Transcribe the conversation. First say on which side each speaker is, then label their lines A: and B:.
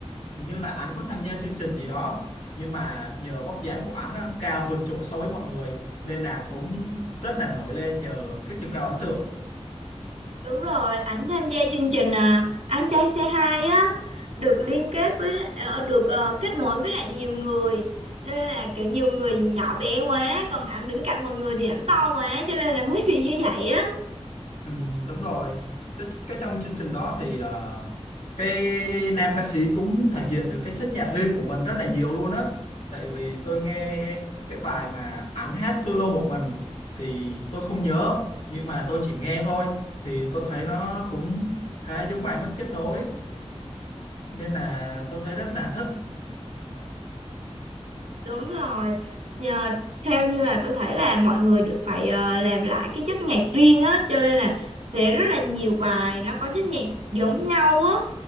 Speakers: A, on the left (about 85°); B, on the right (about 85°).
A: Hình như là anh có tham gia chương trình gì đó nhưng mà nhờ vóc dáng của anh ờ, cao vượt trội so với mọi người nên là cũng rất là nổi lên nhờ cái chiều cao ấn tượng
B: Đúng rồi, ảnh tham gia chương trình à, Anh trai xe 2 á được liên kết với ờ, được ờ, kết nối với lại nhiều người cho nên là kiểu nhiều người nhỏ bé quá còn ảnh đứng cạnh mọi người thì ảnh to quá cho nên là mới <laughs> bị như vậy á.
A: Ừ, đúng rồi cái, cái trong chương trình đó thì ờ, cái nam ca sĩ cũng thể hiện được cái chất nhạc riêng của mình rất là nhiều luôn á tại vì tôi nghe cái bài mà ảnh hát solo một mình thì tôi không nhớ nhưng mà tôi chỉ nghe thôi thì tôi thấy nó cũng khá giống bài mất kết nối nên là tôi thấy rất là thích
B: Đúng rồi. Nhờ theo như là tôi thấy là mọi người được phải ờ, làm lại cái chất nhạc riêng á cho nên là sẽ rất là nhiều bài nó có chất nhạc giống nhau á.